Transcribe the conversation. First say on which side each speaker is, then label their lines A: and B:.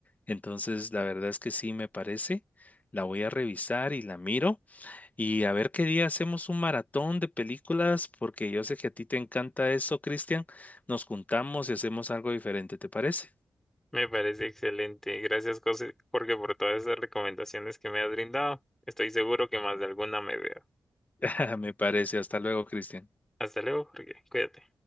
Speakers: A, on the left (about 20°); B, in the centre.
A: Entonces, la verdad es que sí me parece. La voy a revisar y la miro. Y a ver qué día hacemos un maratón de películas, porque yo sé que a ti te encanta eso, Cristian. Nos juntamos y hacemos algo diferente, ¿te parece?
B: Me parece excelente. Gracias, José, porque por todas esas recomendaciones que me has brindado, estoy seguro que más de alguna me veo.
A: <laughs> Me parece. Hasta luego, Cristian.
B: Hasta luego, Jorge. Cuídate.